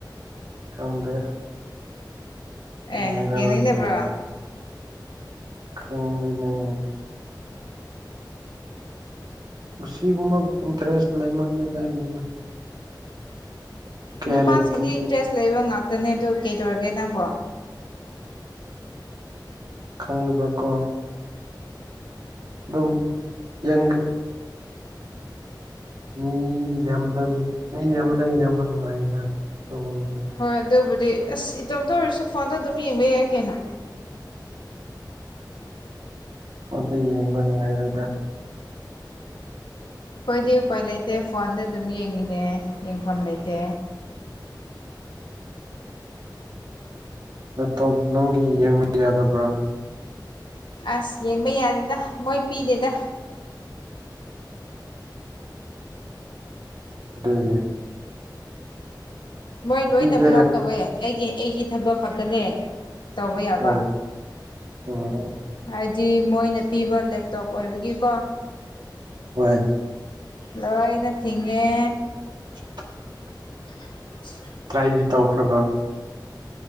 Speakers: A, on the right; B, on the left.
A: ꯈꯪꯗꯦ ꯆꯪꯒꯦꯔꯥ
B: ꯑꯦ ꯌꯦꯡꯅꯤꯡꯗꯕ꯭ꯔꯣ
A: ꯌꯦꯡꯉꯒ ꯈꯪꯗꯦꯅꯦ ꯑꯁꯤꯒꯨꯝꯕ ꯏꯟꯇꯔꯦꯁ ꯂꯩꯃꯟꯗꯦꯗꯗꯤ
B: ꯅꯨꯄꯥꯁꯤꯡꯗꯤ
A: ꯍꯥꯏꯔꯗꯤ
B: ꯏꯟꯇꯔꯦꯁ ꯂꯩꯕ ꯉꯥꯛꯇꯅꯦ ꯑꯗꯨ ꯀꯩꯗꯧꯔꯒꯦ ꯅꯪꯕꯣ
A: ꯈꯪꯅꯕꯀꯣ ꯑꯗꯨꯝ ꯌꯦꯡ ꯃꯤ ꯌꯥꯝꯗꯕꯤ ꯃꯤ ꯌꯝꯃꯒꯅꯥ ꯌꯦꯡꯕꯥ ꯅꯨꯡꯉꯥꯏꯅ ꯑꯗꯨꯒꯨꯝꯕꯗꯤ
B: ꯍꯣꯏ ꯑꯗꯨꯕꯨꯗꯤ ꯑꯁ ꯏꯇꯣꯝꯇ ꯑꯣꯏꯔꯁꯨ ꯐꯣꯟꯗ ꯑꯗꯨꯝ ꯌꯦꯡꯕ ꯌꯥꯏ ꯀꯩꯅꯣ
A: ꯐꯣꯟꯗ ꯌꯦꯡꯕ ꯅꯨꯡꯉꯥꯏꯔꯣꯏꯗ
B: ꯈꯣꯏꯗꯤ ꯎꯄꯥꯏ ꯂꯩꯇꯦ ꯐꯣꯟꯗ ꯑꯗꯨꯝ ꯌꯦꯡꯉꯤꯅꯦ ꯌꯦꯡꯐꯝ ꯂꯩꯇꯦ
A: ꯂꯦꯞꯇꯣꯞ ꯅꯪꯒꯤ ꯌꯦꯡꯕ ꯌꯥꯗꯕ꯭ꯔꯥ
B: ꯑꯁ ꯌꯦꯡꯕ ꯌꯥꯗꯦꯗ ꯃꯣꯏ ꯄꯤꯗꯦꯗ
A: ꯑꯗꯨꯦ <inaudible>
B: ꯃꯣꯏ ꯂꯣꯏꯅ
A: ꯄꯤꯗꯦ
B: ꯕ꯭ꯂꯣꯛ
A: ꯍꯥꯏ
B: ꯇꯧꯋꯦ ꯑꯩꯒꯤ ꯑꯩꯒꯤ ꯊꯕꯛ ꯈꯛꯇꯅꯦ ꯇꯧꯕ ꯌꯥꯕ
A: ꯑꯣ ꯑꯣ
B: ꯍꯥꯏ ꯗꯤ ꯃꯣꯏꯅ ꯄꯤꯕ ꯂꯦꯞꯇꯣꯞ ꯑꯣꯏꯕꯒꯤꯀꯣ
A: ꯍꯣꯏ
B: ꯂꯣꯏꯅ ꯊꯤꯡꯉꯦ
A: <inaudible>
B: <inaudible>
A: ꯇ꯭ꯔꯥꯏꯗꯤ ꯇꯧꯈ꯭ꯔꯕ